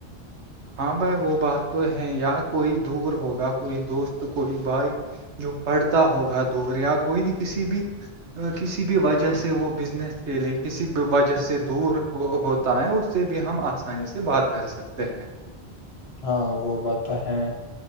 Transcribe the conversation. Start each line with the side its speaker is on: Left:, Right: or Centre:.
Right: ہاں بھائی وہ بات تو ہے یا کوئی دور ہوگا کوئی دوست کوئی بھائی جو پڑتا ہوگا دور یا کوئی بھی کسی بھی کسی بھی وجہ سے وہ بزنس کے لیے کسی بھی وجہ سے دور ہو ہو اس سے بھی ہم آسانی سے بات کر سکتے ہیں
Left: ہاں وہ بات ہے